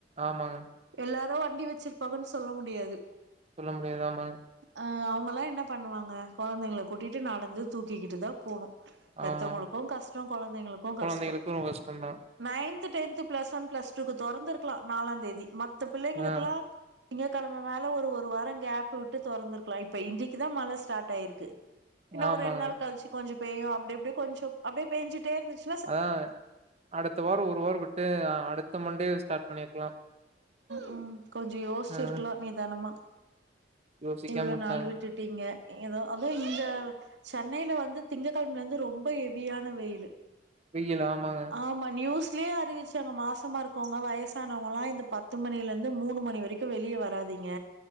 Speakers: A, on the right; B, on the right.
A: ஆமாங்க
B: எல்லாரு வண்டி வச்சிருப்பாங்கன் சொல்ல முடியாது
A: சொல்ல முடியாது ஆமா
B: அ அவங்கல்லா என்ன பண்ணுவாங்க கொழந்தைங்கள கூட்டிட்டு நடந்து தூக்கிக்கிட்டு தா போணு பெத்தவங்களுக்கு
A: ஆமா.
B: கஷ்ட கொழந்தைங்களுக்கு
A: குழந்தைகளுக்கு
B: கஷ்ட
A: ரொம்ப கஷ்டந்தா.
B: Ninth tenth plus one plus டூக்கு தொறந்துருக்கலா நாலா தேதி மத்த பிள்ளைங்களுக்குலா
A: ஆ
B: திங்க்கிழமை மேல ஒரு ஒரு வார கேப் விட்டு தொறந்திருக்கலா இப்ப இன்னிக்கு தா மழ ஸ்டார்ட் ஆயிருக்கு இன்னும்
A: ஆமாங்க.
B: ஒரு ரெண்டு நாள் கழிச்சு கொஞ்சோ பெய்யு அப்டி அப்டியே கொஞ்சோ அப்டியே பெய்ஞ்சுட்டே இருந்துச்சு
A: அ அடுத்த வார ஒரு வார விட்டு அடுத்த மண்டே ஸ்டார்ட் பண்ணிருக்லா
B: ம் கொஞ்சோ யோஸ்ச்சிருக்கலா
A: ம்
B: நிதனமா
A: யோசிக்காம
B: இவ்ளோ
A: விட்டாங்க.
B: நாள் விட்டுட் ட்டீங்க எதோ அது இந்த சென்னைல வந்து திங்க்கழமைல இருந்து ரொம்ப ஹெவியான வெயிலு
A: வெயில் ஆமாங்க
B: ஆமா நியூஸ்லயே அறிவிச்சாங்க மாசமா இருக்கவங்க வயசானவங்கலா இந்த பத்து மணிலருந்து மூணு மணி வரைக்கும் வெளிய வராதிங்க